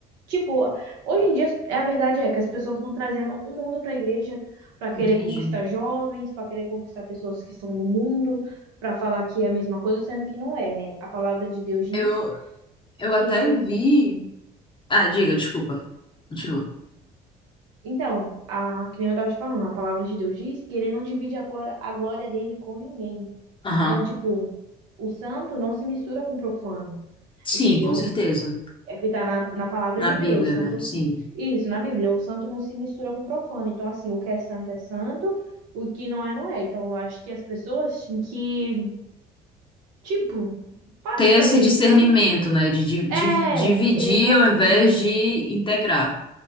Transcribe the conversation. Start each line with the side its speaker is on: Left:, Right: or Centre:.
Right: tipo, hoje em dia é a verdade é que as pessoas estão trazendo o mundo para a igreja para querer
Left: Entendi.
Right: conquistar jovens, para querer conquistar pessoas que estão no mundo, para falar que é a mesma coisa, sendo que não é, né? A palavra de Deus diz
Left: Eu, eu
Right: que
Left: até vi. Ah, diga, desculpa. Continua.
Right: Então, a, que nem eu tava te falando, a palavra de Deus diz que ele não divide a glória, a glória dele com ninguém.
Left: Aham.
Right: Então, tipo, o santo não se mistura com o profano,
Left: Sim,
Right: entendeu?
Left: com certeza.
Right: É o que tá na, na palavra
Left: Na
Right: de
Left: Bíblia,
Right: Deus, o santo.
Left: né? Sim.
Right: Isso, na Bíblia, o santo não se mistura com o profano. Então, assim, o que é santo é santo, o que não é, não é. Então, eu acho que as pessoas têm que, tipo, parar
Left: Ter
Right: de fazer
Left: esse discernimento,
Right: isso, sabe?
Left: né? De, di- di-
Right: É,
Left: dividir
Right: exatamente.
Left: ao invés de integrar.